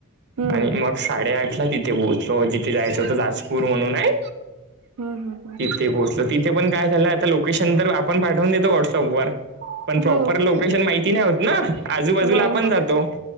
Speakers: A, on the right; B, on the right.
A: हम्म
B: आणि मग साडेआठ ला तिथे पोहोचलो जिथे जायचं होतं जाजपूर म्हणून हाय.
A: हं हं हं
B: ते पोहोचलो तिथे पण काय झालं आता लोकेशन तर आपण पाठवून देतो व्हॉट्सअप वर पण प्रॉपर
A: हो
B: लो केशन माहिती नाय होत ना आजूबाजूला
A: नाही
B: आपण
A: होत
B: जातो.